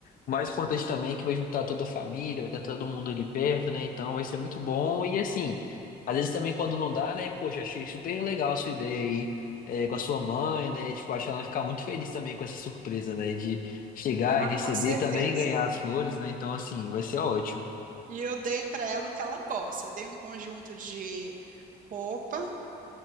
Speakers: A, on the left; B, on the right.
A: o mais importante também é que vai juntar toda a família, vai estar todo mundo ali perto, né? Então vai ser muito bom. E assim, às vezes também quando não dá, né? Poxa, achei super legal a sua ideia aí, é, com a sua mãe, né? Tipo, acho que ela vai ficar muito feliz também com essa surpresa, né? De chegar
B: Ah,
A: e receber
B: com certeza.
A: também, ganhar as flores, né? Então, assim, vai ser ótimo.
B: E eu dei para ela o que ela gosta. Eu dei um conjunto de roupa,